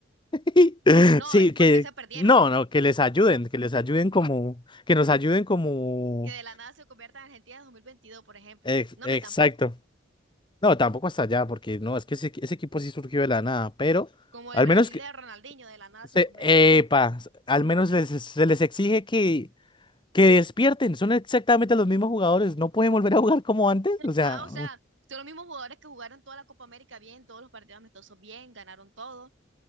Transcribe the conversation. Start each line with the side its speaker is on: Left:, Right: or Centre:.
Left: <laughs>
Right: No,
Left: sí,
Right: el- porque
Left: que
Right: se perdieron.
Left: no, no, que les ayuden, que les ayuden como, que nos ayuden como,
Right: Que de la nada se convierta en Argentina en 2022 por ejemplo.
Left: ex-
Right: No,
Left: exacto.
Right: me tampoco.
Left: No, tampoco hasta allá porque no, es que ese, ese equipo sí surgió de la nada, pero
Right: Como el
Left: al
Right: Brasil
Left: menos que,
Right: de Ronaldinho, de la nada
Left: se,
Right: se convierte.
Left: epa, al menos les- se les exige que que despierten, son exactamente los mismos jugadores, no pueden volver a jugar como antes, o sea,
Right: Ajá, o sea, son los mismos jugadores que jugaron toda la Copa América bien, todos los partidos amistosos bien, ganaron todo,